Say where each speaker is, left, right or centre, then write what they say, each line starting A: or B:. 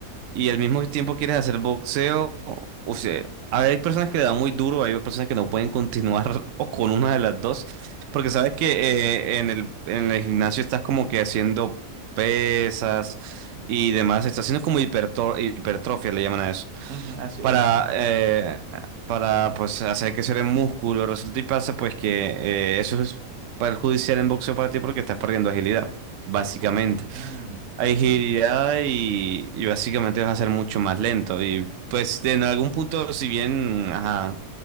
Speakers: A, on the right; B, on the right.
A: y al mismo tiempo quieres hacer boxeo, o sea, a ver, hay personas que le dan muy duro, hay personas que no pueden continuar <laughs> o con una de las dos, porque sabes que eh, en el, en el gimnasio estás como que haciendo pesas y demás, estás haciendo como hiperto- hipertrofia, le llaman a eso,
B: ujú, así
A: para,
B: es.
A: eh, para pues hacer crecer el músculo, resulta y pasa pues que eh, eso es perjudicial en boxeo para ti porque estás perdiendo agilidad, básicamente.
B: Ok,
A: Hay agilidad
B: ok,
A: y, y básicamente vas a ser mucho más lento. Y pues en algún punto, si bien ajá,